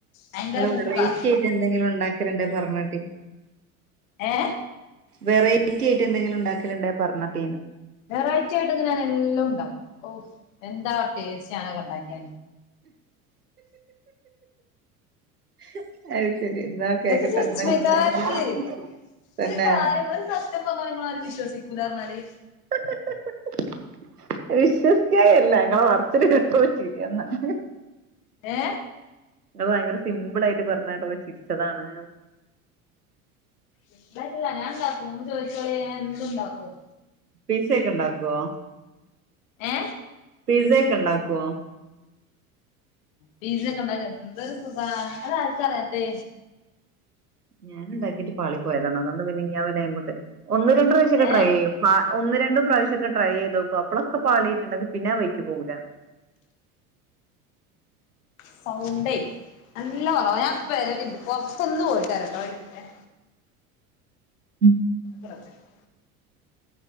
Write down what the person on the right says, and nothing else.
നിങ്ങൾ
വേറെയിറ്റി ആയിട്ട് എന്തെങ്കിലും ഉണ്ടാക്കലണ്ടോ പറഞ്ഞട്ടി
വെറൈറ്റി ആയിട്ട് എന്തെങ്കിലും ഉണ്ടാക്കൽ ഉണ്ടാ പറഞ്ഞട്ടിന്ന്
<unintelligible> അത് ശരി എന്താ കേക്കട്ടെ
ഇണ്ടാക്കല്
തന്നെ
<unintelligible> വിശ്വസിക്കല്ല ഞങ്ങളെ പറചിൽ കെട്ടപ്പ ച്ചിരി വന്നാണ്
അങ്ങള് ഭയങ്കര സിമ്പിൾയിട്ട് പറഞ്ഞാട്ടെപ്പ ചിരിച്ചതാണ്
പിസ്സ ഒക്കെ ഉണ്ടാക്കുവോ
പിസയ ഒക്കെ ഉണ്ടാക്കുവോ
ഞാനൻ ഉണ്ടാക്കിട്ട് പാളി പോയതാണ് അതൊണ്ട് പിന്നെഞ അവന്മ് ഒന്ന് രണ്ട പ്രാവശ്യൊക്കെ
ടൈ ചെയ്യും പാ ഒന്ന് രണ്ടും പ്രാവശ്യമക്കെട്രൈ ചെയ്ത് നോക്കും അപ്പളൊക്കെ പാളിയിട്ടുണ്ടെങ്കിൽ പിന്നെ അ വൈക്ക് പോകൂല <inaudible>
ഉം